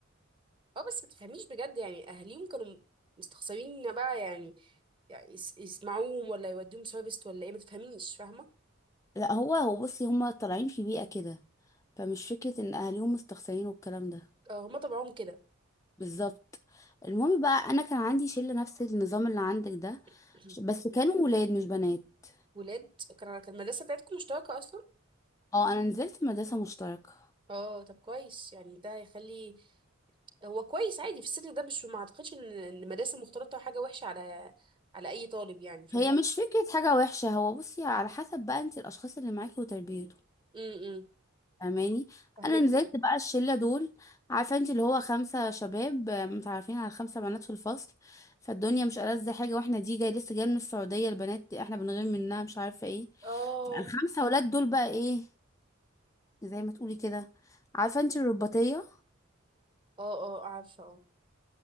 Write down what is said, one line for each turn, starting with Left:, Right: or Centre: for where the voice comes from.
Right: اه بس ما تفهميش بجد يعني اهاليهم كانوا مستخسرين بقى يعني, يعني يس- يسمعوهم ولا يوديهم سوابست ولا ايه ما تفهميش فاهمه
Left: لا هو هو بصي هم طالعين في بيئه كده فمش فكره ان اهاليهم مستخسرين والكلام ده
Right: اه هم طبعهم كده
Left: بالظبط المهم بقى انا كان عندي شله نفس النظام اللي عندك ده
Right: <clears throat>
Left: بس كانوا ولاد مش بنات
Right: ولاد كان كان المدرسه بتاعتكم مشتركه اصلا
Left: اه انا نزلت مدرسة مشتركة
Right: اه طب كويس يعني ده هيخلي هو كويس عادي في السن ده مش ما اعتقدش ان إن المدارس المختلطه حاجه وحشه على على اي طالب يعني فاهم
Left: هي مش فكرة حاجة وحشة هو بصي على حسب بقى انت الأشخاص اللي معاكي وتربيته
Right: امم
Left: فاهماني
Right: فهمتي
Left: أنا نزلت
Right: جدا
Left: بقى الشلة دول عارفة انت اللي هو خمسة شباب آه، متعرفين على خمسة بنات في الفصل فالدنيا مش ألذ حاجة واحنا دي جاي لسه جاية من السعودية البنات احنا بنغير منها مش عارفة ايه
Right: اه
Left: الخمسة ولاد دول بقى ايه زي ما تقولي كده عارفة انت الرباطية
Right: اه اه عارفه اه